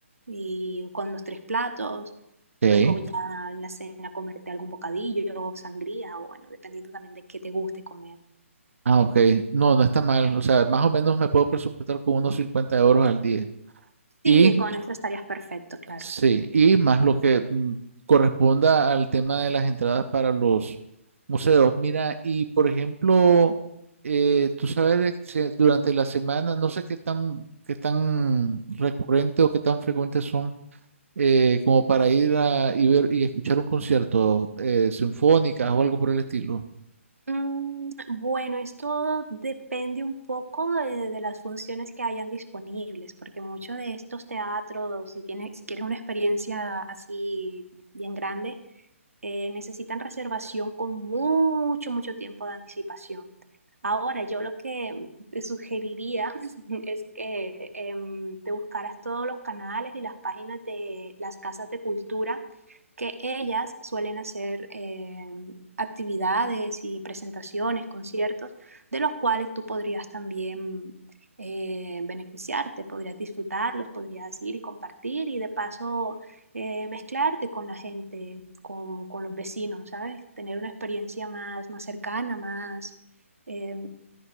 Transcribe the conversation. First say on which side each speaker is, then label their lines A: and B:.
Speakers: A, on the right (about 80°); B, on the right (about 70°).
A: y con los tres platos.
B: Ok.
A: Luego ya en la cena comerte algún bocadillo, sangría o bueno, dependiendo también de qué te guste comer.
B: Ah, ok. No, no está mal. O sea, más o menos me puedo presupuestar con unos 50 euros al día. Y
A: Sí, con eso estarías perfecto, claro.
B: Sí, y más lo que mm, corresponda al tema de las entradas para los museos. Mira, y por ejemplo, eh, tú sabes de que se- durante la semana, no sé qué tan, qué tan recurrente o qué tan frecuentes son eh, como para ir a y ver y escuchar un concierto, eh, sinfónicas o algo por el estilo.
A: Mm, Bueno, esto depende un poco de, de las funciones que hayan disponibles, porque muchos de estos teatros, si tienes, si quieres una experiencia así bien grande, eh, necesitan reservación con mucho, mucho tiempo de anticipación. Ahora, yo lo que te sugeriría <laughs> es que em, te buscaras todos los canales y las páginas de las casas de cultura, que ellas suelen hacer em, actividades y presentaciones, conciertos, de los cuales tú podrías también eh, beneficiarte, podrías disfrutarlos, podrías ir y compartir y de paso eh, mezclarte con la gente, con, con, los vecinos, ¿sabes? Tener una experiencia más, más cercana, más, eh,